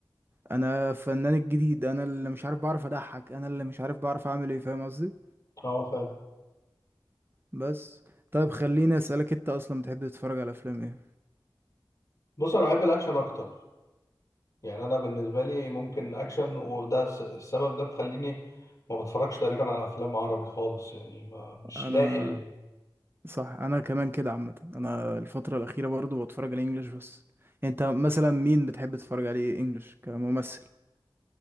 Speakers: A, on the right; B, on the left.
A: انا الفنان الجديد انا اللي مش عارف بعرف اضحك انا اللي مش عارف بعرف اعمل ايه فاهم قصدي
B: اه فاهم
A: بس طيب خليني اسالك انت اصلا بتحب تتفرج على افلام ايه
B: بص انا بحب الاكشن اكتر يعني انا بالنسبه لي ممكن اكشن وده الس- السبب ده مخليني ما بتفرجش تقريبا على افلام عربي خالص يعني ما مش
A: انا
B: لاقي ال...
A: صح انا كمان كده عامه انا الفتره الاخيره برضو بتفرج على انجلش بس انت مثلا مين بتحب تتفرج عليه انجلش كممثل